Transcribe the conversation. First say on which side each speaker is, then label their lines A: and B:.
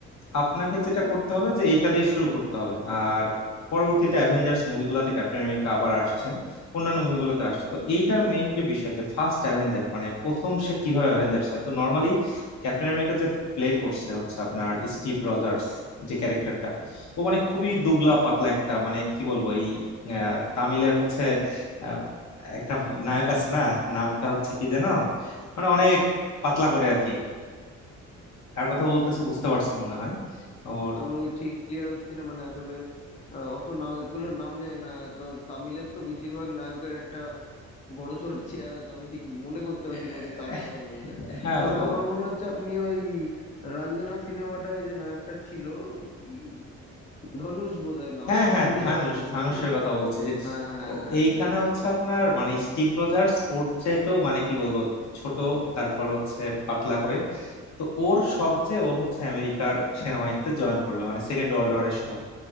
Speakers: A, on the left; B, on the left.
A: আপনাকে যেটা করতে হবে যে এইটা দিয়ে শুরু করতে হবে আর পরবর্তীতে অ্যাভেঞ্জার্স মুভিগুলোতে ক্যাপ্টেন আমেরিকা আবার আসছে অন্যান্য মুভিগুলোতে আসছে তো এইটার মেইন যে বিষয় যে ফার্স্ট অ্যাভেঞ্জার মানে প্রথম সে কিভাবে অ্যাভেঞ্জার্স হয় তো নর্মালি ক্যাপ্টেন আমেরিকা প্লে করছে হচ্ছে আপনার স্টিভ রজার্স যে ক্যারেক্টারটা ও মানে খুবই দুবলা পাতলা একটা মানে কি বলবো এই আহ, তামিলের হচ্ছে আহ, একটা নায়ক আছে না নামটা হচ্ছে কি যেন মানে অনেক পাতলা করে আর কি কার কথা বলতেছে বুঝতে পারছেন মনে হয় ওর
B: আমি ঠিক ক্লিয়ার হচ্ছে না মানে আসলে আহ, অত নায়কগুলোর নাম জানি না তো তামিলের তো বেশিরভাগ নায়কের একটা বড় সড়ো চেহারা তো আমি ঠিক মনে করতে পারছি
A: আহ,
B: না আপনি কার কথা বলছেন
A: হ্যাঁ
B: তবে
A: ও
B: আমার মনে হচ্ছে আপনি ওই রঞ্জনা সিনেমাটায় যে নায়কটা ছিল ই- ধনুষ বোধহয় নামটা
A: হ্যাঁ হ্যাঁ
B: ওর
A: ধানুষ
B: কথা বলছেন
A: ধানুষের
B: কি
A: কথা বলছি যে
B: হ্যাঁ হ্যাঁ
A: ও-
B: হ্যাঁ
A: এইখানে
B: হ্যাঁ
A: হচ্ছে আপনার মানে স্টিভ রজার্স ওর চাইতেও মানে কি বলবো ছোট তারপর হচ্ছে পাতলা করে তো ওর শখ যে ও হচ্ছে আমেরিকার সেনাবাহিনীতে জয়েন করবে মানে সেকেন্ড ওয়ার্ল্ড ওয়ারের সময়